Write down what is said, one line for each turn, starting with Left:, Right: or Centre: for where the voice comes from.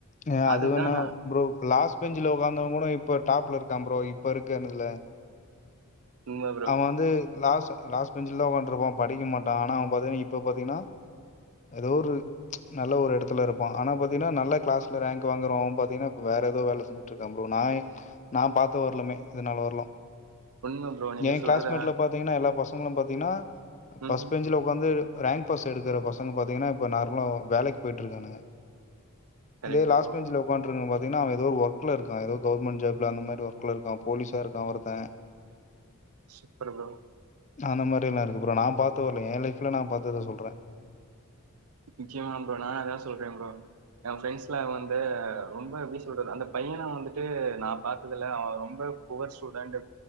Left: அ அது
Right: அதுதா
Left: வேணா
Right: நா
Left: ப்ரோ லாஸ் பெஞ்ச்ல உக்காந்தவங்கூட இப்ப டாப்ல இருக்கா ப்ரோ இப்ப இருக்க இதுல
Right: உண்ம ப்ரோ
Left: அவ வந்து லாஸ் லாஸ்ட் பெஞ்ச்ல தா உக்கான்ருப்பா படிக்க மாட்டா ஆனா அவ பாத்தின்னா இப்ப பாத்தீங்கன்னா ஏதோ ஒரு நல்ல ஒரு எடத்துல இருப்பா ஆனா பாத்திங்கன்னா நல்லா கிளாஸ்ல ரேங்க் வாங்குரவ பாத்தீங்கன்னா இப்ப வேற ஏதோ வேல செஞ்சு ட்டுருக்கா ப்ரோ நா இ நா பாத்த வருலுமே இதுனால வருலு
Right: உண்ம ப்ரோ நீங்க
Left: எ
Right: சொல்றது
Left: கிளாஸ்மேட்ல பாத்தீங்கன்னா எல்லா பசங்களு பாத்தீங்கன்னா ஃபஸ்ட்
Right: ம்
Left: பெஞ்ச்ல இப்ப வந்து ரேங்க் பாஸ் எடுக்குற பசங்க பாத்தீங்கன்னா இப்ப நார்மலா வேலைக்கு போயிட்டு இருக்கானுங்க
Right: கரெக்ட்
Left: இதே லாஸ்ட்
Right: ப்ரோ
Left: பெஞ்சுல உக்காண்ட்டு இருக்கவ பாத்தீங்கன்னா அவ ஏதோ ஒர்க்ல இருக்கா ஏதோ கவர்மெண்ட் ஜாப்ல அந்த மாரி ஒர்க்ல இருக்கா போலீஸா இருகா ஒருத்த <inaudible>
Right: சூப்பர் ப்ரோ
Left: அந்த மாரி இல்லா இருக்கு ப்ரோ நா பாத்த வரலு எ லைஃப்ல நா பாத்தத சொல்றே
Right: நச்சியமா ப்ரோ நானு அதா சொல்றே ப்ரோ எ ஃப்ரெண்ட்ஸலா வந்து ரொம்ப எப்டி சொல்றது அந்த பையன வந்துட்டு நா பாத்ததுல அவ ரொம்ப புவர் ஸ்டூடண்ட்